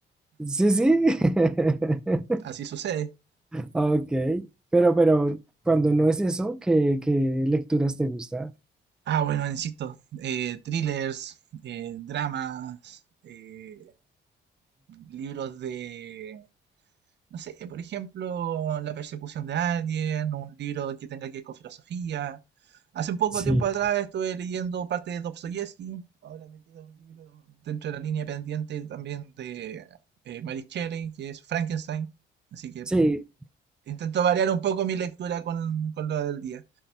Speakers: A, in the centre; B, on the right (about 60°).
A: Sí, sí. <laughs>
B: Así sucede.
A: Ok, pero, pero cuando no es eso, ¿qué, qué lecturas te gusta?
B: Ah, bueno, insisto, eh, thrillers, eh, dramas, eh, libros de no sé, por ejemplo, la persecución de alguien, un libro que tenga que ver con filosofía. Hace un poco
A: Sí,
B: tiempo atrás estuve leyendo parte de Dostoyevsky, ahora me queda un libro dentro de la línea pendiente también de eh, Mary Shelley, que es Frankenstein, así que
A: sí,
B: intento variar un poco mi lectura con, con lo del día.